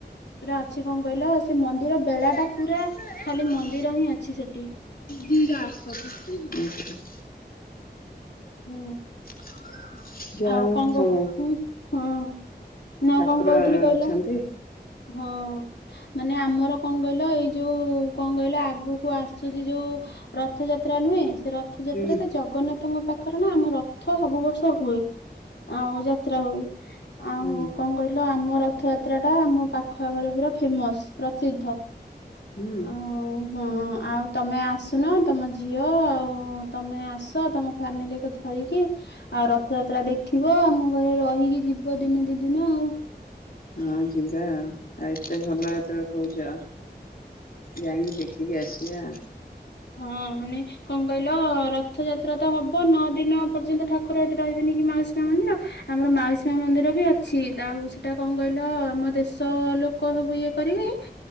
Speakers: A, on the left; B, on the left.
A: ପୁରା ଅଛି କଣ କହିଲ ସେ ମନ୍ଦିର ବେଡା
B: ଆଚ୍ଛା
A: ଟା ପୁରା ଖାଲି ମନ୍ଦିର ହିଁ ଅଛି ସେଠି।
B: ଜିରା ସ ସେ ଯାଇଛି <inaudible>
A: ହୁଁ
B: <inaudible> ଯ
A: ଆଉ କଣ
B: ହଉ
A: କହୁ ହଁ ନା
B: ଠାକୁର
A: କଣ କହୁଥିଲି
B: ଅଛନ୍ତି।
A: କହିଲ ହଁ ମାନେ ଆମର କଣ କହିଲ ଏଇ ଯୋଉ କଣ କହିଲ ଆଗକୁ ଆସୁଛି ଯୋଉ। ରଥଯାତ୍ରା ନୁହେଁ ସେ ରଥଯାତ୍ରାରେ
B: ହୁଁ
A: ଜଗନ୍ନାଥ। ତାଙ୍କ ପାଖରେ ନା ଆମ ରଥ ସବୁ ବର୍ଷ ହୁଏ ଆଉ ଯାତ୍ରା ହୁଏ। ଆଉ
B: ହୁଁ
A: କଣ କହିଲ ଆମ ରଥଯାତ୍ରା ଟା ଆମ ପାଖ ଆଖରେ ପୁରା ଫେମସ ପ୍ରସିଦ୍ଧ।
B: ହୁଁ
A: ଆଉ ହଁ। ଆଉ ତମେ ଆସୁନ ତମ ଝିଅ ଆଉ ତମେ ଆସ ତମ ଫ୍ୟାମିଲିକୁ ଧରିକି। ଆଉ ରଥଯାତ୍ରା ଦେଖିବ ଆମ ଘରେ ରହିକି ଯିବ ଦିନେ ଦି ଦିନ ଆଉ।
B: ହଁ ଯିବା ଆଉ ଆଉ ଏତେ ଭଲ ଏତବେଳେ କହୁଛ। ଯାଇକି ଦେଖିକି ଆସିବା।
A: ହଁ ମାନେ କଣ କହିଲ ରଥଯାତ୍ରା ତ ହବ ନଅ ଦିନ ପର୍ଯ୍ୟନ୍ତ ଠାକୁର ଏଠି ରହିବେନି କି ମାଉସି ମା ମନ୍ଦିର ଆମର ମାଉସୀମା ମନ୍ଦିର ବି ଅଛି ଆଉ ସେଟା କଣ କହିଲ ଆମ ଦେଶ ଲୋକ ସବୁ ଇଏ କରିବେ।